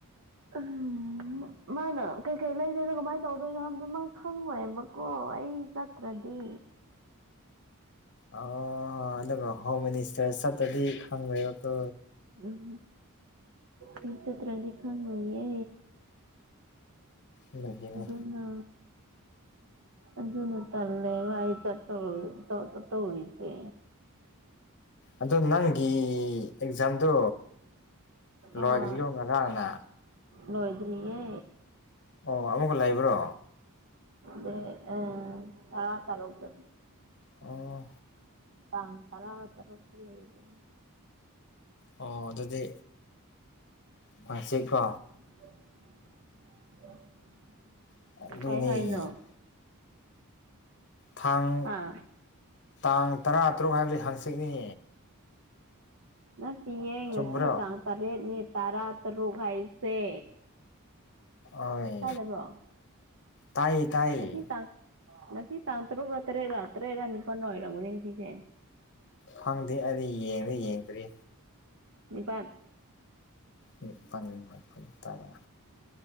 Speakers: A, on the right; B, on the left.
A: ꯑꯥꯍꯝ ꯃꯥꯅ ꯀꯩꯀꯩ ꯂꯩꯔꯦꯔꯒ ꯀꯃꯥꯏ ꯇꯧꯗꯣꯏꯅꯣ ꯍꯥꯏꯕꯗꯨ ꯃꯥ ꯈꯪꯉꯣꯏꯕꯀꯣ ꯑꯩ ꯆꯠꯇ꯭ꯔꯗꯤ
B: ꯑꯣ ꯑꯗꯨꯒ ꯍꯣꯝ ꯃꯤꯅꯤꯁꯇꯔ ꯆꯠꯇ꯭ꯔꯗꯤ ꯈꯪꯉꯣꯏꯕꯀꯣ
A: ꯎꯝ ꯑꯩ ꯆꯇ꯭ꯔꯥꯗꯤ ꯈꯪꯔꯣꯏꯌꯦ
B: ꯑꯗꯨꯒꯤꯅꯦ
A: ꯑꯗꯨꯅ ꯑꯗꯨꯅ ꯇꯜꯂꯦꯕ ꯑꯩ ꯆꯠꯇꯧ ꯆꯠꯇꯧ ꯆꯠꯇꯧꯔꯤꯖꯦ꯫
B: ꯑꯗꯣ ꯅꯪꯒꯤ ꯑꯦꯛꯖꯥꯝꯗꯣ ꯂꯣꯏꯈ꯭ꯔꯤꯕꯣ
A: ꯑꯥ
B: ꯉꯔꯥꯡꯅ
A: ꯂꯣꯏꯗ꯭ꯔꯤꯌꯦ꯫
B: ꯑꯣ ꯑꯃꯨꯛꯀ ꯂꯩꯕ꯭ꯔꯣ꯫
A: ꯗꯦ ꯑꯥ ꯇꯔꯥ ꯇꯔꯨꯛꯇ꯫
B: ꯑꯣ꯫
A: ꯇꯥꯡ ꯇꯔꯥ ꯇꯔꯨꯛꯇ ꯂꯩꯕꯅꯤ꯫
B: ꯑꯣ ꯑꯗꯨꯗꯤ ꯉꯁꯤꯀꯣ꯫
A: <unintelligible>
B: ꯑꯗꯨꯅꯦ꯫
A: ꯀꯩ ꯍꯥꯏꯅꯣ
B: ꯊꯥꯡ
A: ꯑꯥ
B: ꯇꯥꯡ ꯇꯔꯥꯇꯔꯨꯛ ꯍꯥꯏꯕꯗꯤ ꯍꯥꯡꯆꯤꯠꯅꯤ꯫
A: ꯅꯠꯇꯦꯌꯦ ꯉꯁꯤ
B: ꯆꯨꯝꯕ꯭ꯔꯣ
A: ꯇꯥꯡ ꯇꯔꯦꯠꯅꯦ ꯇꯔꯥꯇꯔꯨꯛ ꯍꯥꯏꯁꯦ꯫
B: ꯑꯣꯏ
A: ꯇꯥꯗꯕ꯭ꯔꯣ
B: ꯇꯥꯏꯌꯦ ꯇꯥꯏꯌꯦ꯫
A: ꯉꯁꯤ ꯇꯥꯡ ꯉꯁꯤ ꯇꯥꯡ ꯇꯔꯨꯛꯔꯥ ꯇꯔꯦꯠꯔꯥ ꯇꯔꯦꯠꯔꯥ ꯅꯤꯄꯥꯜꯔꯥ ꯑꯣꯏꯔꯝꯒꯅꯤ ꯉꯁꯤꯁꯦ꯫
B: ꯈꯪꯗꯦ ꯑꯩꯗꯤ ꯌꯦꯡꯗ ꯌꯦꯡꯗ꯭ꯔꯤ꯫
A: ꯅꯤꯄꯥꯟ꯫
B: ꯅꯤꯄꯥꯜ ꯃꯥꯄꯜ ꯇꯔꯥ꯫